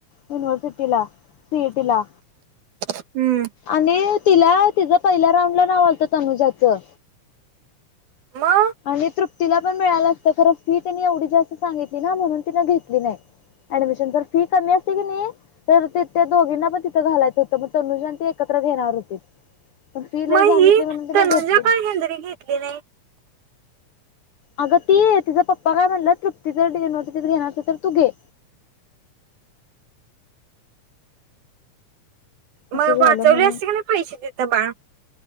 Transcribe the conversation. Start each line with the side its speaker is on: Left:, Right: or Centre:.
Left: युनिव्हर्सिटीला. सिईटिला
Right: हम्म
Left: आणि तिला तिझं पहिल्या राऊंड ला नाव आलत तनुजाचं.
Right: मग
Left: आणि तृप्तीला पण मिळाला असतं खरं फी तिने एवढी जास्त सांगितली ना म्हणून तिन घेतली नाही. ऍडमिशन जर फी कमी असते की, नाही तर त त्या दोघीना प तिथं घालायच होतं मग तनुजान ती एक घेनार होते पण फी लय
Right: मग
Left: सांगितली
Right: ही
Left: म्हणून तीन
Right: तनुजा
Left: घेतली नाही.
Right: का हेंद्री घेतली नाही
Left: अगं ती तीच पप्पा काय म्हणलं तृप्ती जर युनिव्हर्सिटी घेणार तर तू घे. असं
Right: मग
Left: झालं
Right: वाचवले
Left: म्हणून
Right: असते की नाही पैसे तीत बाळ.